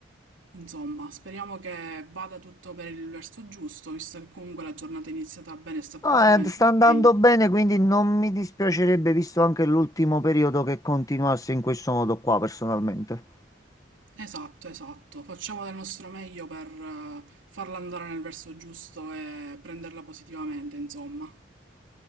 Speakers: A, on the right (about 80°); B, on the left (about 20°).
A: Insomma, speriamo che vada tutto per il verso giusto, visto che comunque la giornata è iniziata bene e sta proseguendo
B: No, eh, sta andando
A: meglio.
B: bene, quindi non mi dispiacerebbe, visto anche l'ultimo periodo, che continuasse in questo modo qua, personalmente.
A: Esatto, esatto. Facciamo del nostro meglio per eh, farla andare nel verso giusto e prenderla positivamente, insomma.